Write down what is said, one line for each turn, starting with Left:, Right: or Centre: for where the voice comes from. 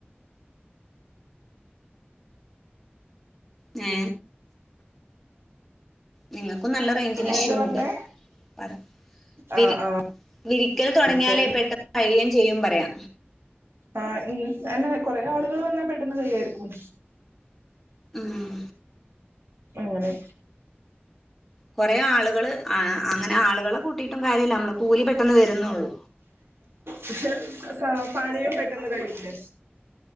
Centre: ങേ നിങ്ങൾക്കും നല്ല റേയിഞ്ചിന് ഇഷ്യൂ
Right: എന്താ പറഞ്ഞേ
Centre: ഉണ്ട്. പറ വിരി
Right: ആഹ് ആഹ്
Centre: വിരിക്കൽ തുടങ്ങിയാലേ?
Right: ഇപ്പൊ
Centre: പെട്ടെന്ന് കഴിയും ചെയ്യും പറയാ.
Right: ആ അന്നെ കൊറെ ആളുകൾ വന്നാ പെട്ടന്ന് കയ്യായിരിക്കും.
Centre: ഉം
Right: അങ്ങനെ
Centre: കുറേ ആളുകള് ആ അങ്ങനെ ആളുകളെ കൂട്ടിയിട്ടും കാര്യല്ല നമ്മള് കൂലി പെട്ടെന്ന് വരുന്നുള്ളൂ.
Right: പക്ഷെ പ പണിയും പെട്ടെന്ന് കഴയില്ലേ?